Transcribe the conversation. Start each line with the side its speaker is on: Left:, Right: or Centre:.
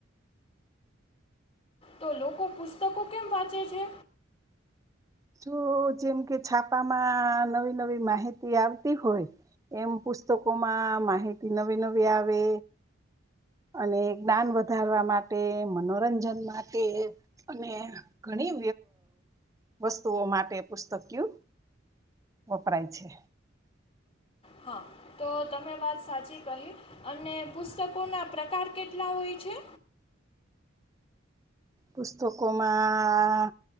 Left: તો લોકો પુસ્તકો કેમ વાંચે છે?
Right: જો, જેમ કે છાપામાં નવી નવી માહિતી આવતી હોય, એમ પુસ્તકોમાં માહિતી નવી નવી આવે અને જ્ઞાન વધારવા માટે મનોરંજન માટે અને ઘણી વસ્તુઓ માટે પુસ્તકિય વપરાય છે.
Left: હા, તો તમે વાત સાચી કહી. અને પુસ્તકોના પ્રકાર કેટલા હોય છે?
Right: પુસ્તકોમાં